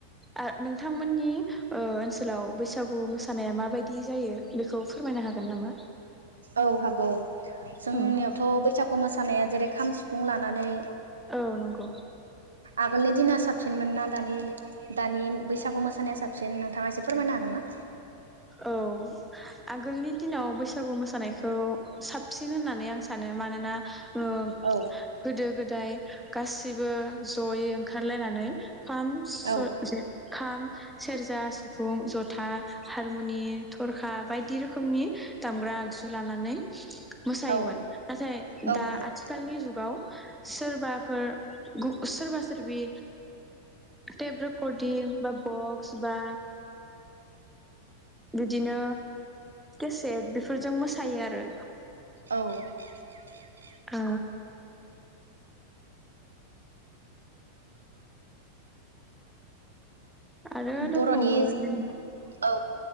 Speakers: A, in the centre; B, on the right (about 70°).
A: आ नोंथांमोननि ओ ओनसोलाव बैसागु मोसानाया माबायदि जायो बेखौ फोरमायनो हागोन नामा?
B: औ हागौ जोंनियावथ'
A: औ
B: बैसागु मोसानाया जेरै खाम-सिफुं लानानै
A: औ नंगौ।
B: आगोलनि दिना साबसिनमोन ना दानि दानि बैसागु मोसानाया साबसिन नोंथाङा एसे फोरमायनो हागोन ना?
A: औ आगोलनि दिनाव बैसागु मोसानायखौ साबसिन होननानै आं सानो मानोना ओ
B: औ
A: गोदो गोद य गासिबो जयै ओंखारलायनानै। खाम <unintelligible>
B: औ
A: खाम, सेरजा, सिफुं, जथा हारमुनि थरखा बायदि रोखोमनि दामग्रा आगजु लानानै मोसायोमोन
B: औ
A: नाथाय
B: औ
A: दा
B: नंगौ
A: आथिखालनि जुगाव सोरबाफोर सोरबा सोरबि टेब रकर्डिं बा बक्स। बा बिदिनो केसेट बेफोरजों मोसायो आरो।
B: औ <unintelligible>
A: औ। आरो दंबावो
B: बर'नि
A: <unintelligible>
B: औ